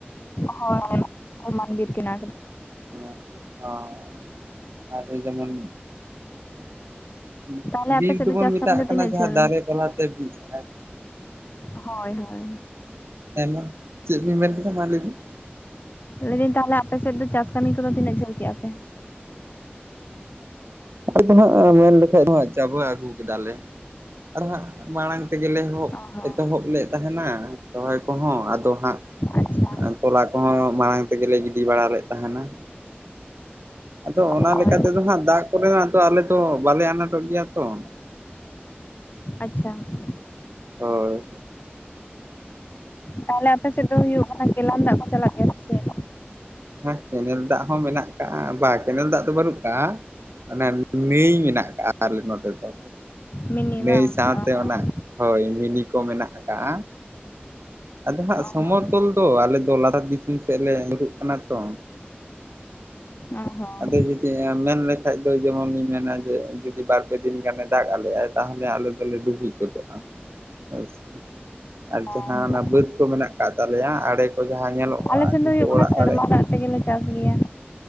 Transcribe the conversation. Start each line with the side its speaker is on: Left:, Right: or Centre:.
Left: ᱦᱳᱭ ᱚᱱᱟ ᱥᱚᱢᱟᱱ ᱵᱤᱨ ᱠᱟᱱᱟ ᱾
Right: <unintelligible> ᱟᱫᱚ ᱡᱮᱢᱚᱱ ᱼᱼ
Left: ᱛᱟᱦᱞᱮ
Right: ᱵᱤᱨ
Left: ᱟᱯᱮ ᱥᱮᱫ
Right: ᱫᱚᱵᱚᱱ
Left: ᱫᱚ ᱪᱟᱥ
Right: ᱢᱮᱛᱟᱜ
Left: ᱠᱟᱹᱢᱤ ᱫᱚ
Right: ᱠᱟᱱᱟ
Left: ᱛᱤᱱᱟᱹᱜ
Right: ᱡᱟᱦᱟᱸ
Left: ᱡᱷᱟᱹᱞ
Right: ᱫᱟᱨᱮ ᱯᱟᱞᱦᱟ ᱛᱮ ᱵᱤᱨ ᱼᱼ
Left: ᱦᱳᱭ ᱦᱳᱭ ᱾
Right: ᱟᱭᱢᱟ ᱼᱼ ᱪᱮᱫ ᱵᱤᱱ ᱢᱮᱱ ᱠᱮᱫᱟ ᱢᱟ ᱞᱟᱹᱭ ᱵᱤᱱ ᱾
Left: ᱞᱟᱹᱭᱫᱟᱹᱧ ᱛᱟᱦᱞᱮ ᱟᱯᱮ ᱥᱮᱫ ᱫᱚ ᱪᱟᱥ ᱠᱟᱹᱢᱤ ᱠᱚᱫᱚ ᱛᱤᱱᱟᱹᱜ ᱡᱷᱟᱹᱞ ᱠᱮᱫᱼᱟ ᱯᱮ?
Right: ᱟᱫᱚ ᱦᱟᱸᱜ ᱢᱮᱱ ᱞᱮᱠᱷᱟᱡ ᱫᱚ ᱦᱟᱸᱜ ᱪᱟᱵᱟ ᱟᱹᱜᱩ ᱠᱮᱫᱟᱞᱮ ᱾ ᱟᱨ ᱦᱟᱸᱜ ᱢᱟᱲᱟᱝ ᱛᱮ ᱜᱮᱞᱮ ᱮᱦᱚᱵ
Left: ᱚ ᱦᱚᱸ
Right: ᱮᱛᱚᱦᱚᱵ ᱞᱮᱫ ᱛᱟᱦᱮᱱᱟ ᱨᱚᱦᱚᱭ ᱠᱚᱦᱚᱸ ᱟᱫᱚ ᱦᱟᱸᱜ
Left: ᱟᱪᱪᱷᱟ
Right: ᱼᱼ ᱛᱚᱞᱟ ᱠᱚᱦᱚᱸ ᱢᱟᱲᱟᱝ ᱼᱼ ᱛᱮ ᱜᱮᱞᱮ ᱜᱤᱰᱤ ᱵᱟᱲᱟ ᱞᱮᱫ ᱛᱟᱦᱮᱱᱟ ᱟᱫᱚ ᱚᱱᱟ
Left: ᱦᱳᱭ
Right: ᱼᱼ ᱛᱮ ᱫᱚ ᱦᱟᱸᱜ ᱫᱟᱜ ᱠᱚ ᱨᱮᱱᱟᱜ ᱫᱚ ᱟᱞᱮ ᱫᱚ ᱵᱟᱞᱮ ᱟᱱᱟᱴᱚᱜ ᱜᱮᱭᱟ ᱛᱚ ᱾
Left: ᱟᱪᱪᱷᱟ ᱾
Right: ᱦᱳᱭ ᱾
Left: ᱛᱟᱦᱚᱞᱮ ᱟᱯᱮ ᱥᱮᱫ ᱫᱚ ᱦᱩᱭᱩᱜ ᱠᱟᱱᱟ ᱠᱮᱞᱟᱱ ᱫᱟᱜ ᱠᱚ ᱪᱟᱞᱟᱜ ᱜᱮᱭᱟ ᱥᱮ ᱪᱮᱫ?
Right: ᱦᱮᱸ ᱠᱮᱱᱮᱞ ᱫᱟᱜ ᱦᱚᱸ ᱢᱮᱱᱟᱜ ᱠᱟᱜᱼᱟ, ᱵᱟ ᱠᱮᱱᱮᱞ ᱫᱟᱜ ᱫᱚ ᱵᱟᱹᱱᱩᱜ ᱠᱟᱜᱼᱟ ᱾ ᱚᱱᱟ ᱱᱟᱹᱭ ᱢᱮᱱᱟᱜ ᱠᱟᱜᱼᱟ ᱟᱞᱮ ᱱᱚᱛᱮ ᱫᱚ
Left: ᱢᱤᱱᱤ
Right: ᱱᱟᱹᱭ
Left: ᱵᱟᱝ
Right: ᱥᱟᱶᱛᱮ
Left: ᱚ ᱦᱚᱸ
Right: ᱚᱱᱟ ᱼᱼ ᱦᱳᱭ ᱢᱤᱱᱤ ᱠᱚ ᱢᱮᱱᱟᱜ ᱟᱠᱟᱜᱼᱟ᱾ ᱟᱫᱚ ᱦᱟᱸᱜ
Left: ᱚ
Right: ᱥᱚᱢᱚᱛᱚᱞ
Left: ᱦᱚᱸ
Right: ᱫᱚ ᱟᱞᱮ ᱫᱚ ᱞᱟᱛᱟᱨ ᱫᱤᱥᱚᱢ ᱥᱮᱫ ᱞᱮ ᱧᱩᱨᱩᱜ ᱠᱟᱱᱟ ᱛᱚ᱾
Left: ᱚ ᱦᱚᱸ
Right: ᱟᱫᱚ ᱡᱩᱫᱤ, ᱢᱮᱱ ᱞᱮᱠᱷᱟᱡ ᱫᱚ ᱡᱮᱢᱚᱱᱤᱧ ᱢᱮᱱᱟ ᱡᱮ ᱡᱩᱫᱤ ᱵᱟᱨᱯᱮ ᱫᱤᱱ ᱜᱟᱱᱮ ᱫᱟᱜ ᱟᱞᱮᱼᱟᱭ ᱛᱟᱦᱚᱞᱮ ᱟᱞᱮ ᱫᱚᱞᱮ ᱰᱩᱵᱩᱡ <unintelligible> ᱟᱨ
Left: ᱚ
Right: ᱡᱟᱦᱟᱸ ᱚᱱᱟ ᱵᱟᱹᱫᱽ ᱠᱚ ᱢᱮᱱᱟᱜ ᱠᱟᱫ ᱛᱟᱞᱮᱭᱟ ᱟᱲᱮ ᱠᱚ ᱡᱟᱦᱟᱸ ᱧᱮᱞᱚᱜᱼᱟ
Left: ᱟᱞᱮ ᱥᱮᱫ
Right: ᱱᱤᱛᱳᱜ
Left: ᱫᱚ ᱦᱩᱭᱩᱜ ᱠᱟᱱᱟ
Right: ᱚᱲᱟᱜ
Left: ᱥᱮᱨᱢᱟ
Right: ᱟᱲᱮ
Left: ᱫᱟᱜ ᱛᱮᱜᱮᱞᱮ ᱪᱟᱥ ᱜᱮᱭᱟ᱾